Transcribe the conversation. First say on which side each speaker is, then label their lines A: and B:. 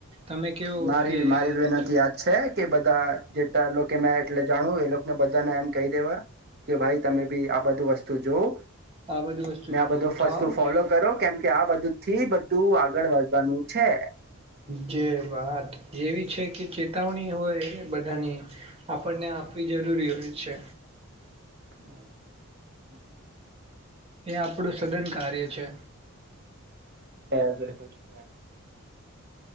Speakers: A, on the right (about 25°); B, on the right (about 45°).
A: તમે કહો
B: મારી
A: કે
B: મારી
A: આ
B: વિનતી
A: બધું
B: યાદ છે કે બધા જેટલા લોકો મે એટલે જાણવું એ ને બધાને એમ કહી દેવા કે ભાઈ તમે બી આ બધું વસ્તુ જોવ
A: આ બધું વસ્તુથી
B: ને આ બધું
A: દૂર
B: ફસ્તુ
A: થાવ
B: ફોલો
A: ને
B: કરો કેમ કે આ બધું થી બધું આગળ વધવાનું છે.
A: જે વાત એવી છે કે ચેતવણી હોય બધાની આપણને આપવી જરૂરી હોય છે
B: <unintelligible>
A: એ આપણું સઘન કાર્ય છે.
B: <unintelligible>